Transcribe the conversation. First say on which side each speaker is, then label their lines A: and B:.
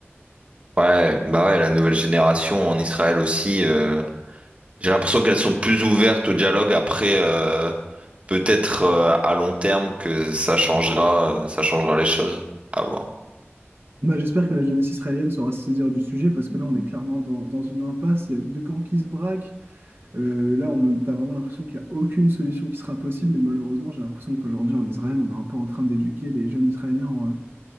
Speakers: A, on the right (about 30°); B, on the right (about 55°).
A: Ouais, bah ouais, la nouvelle génération en Israël aussi. euh, J'ai l'impression qu'elles sont plus ouvertes au dialogue. Après, euh, peut-être euh, à long terme que ça changera, euh, ça changera les choses. À voir.
B: Bah, j'espère que la jeunesse israélienne saura se saisir du sujet parce que là, on est clairement dans, dans une impasse. Il y a deux camps qui se braquent. Euh, là, on, t'as vraiment l'impression qu'il n'y a aucune solution qui sera possible, mais malheureusement, j'ai l'impression qu'aujourd'hui, en Israël, on est un peu en train d'éduquer les jeunes Israéliens en, euh,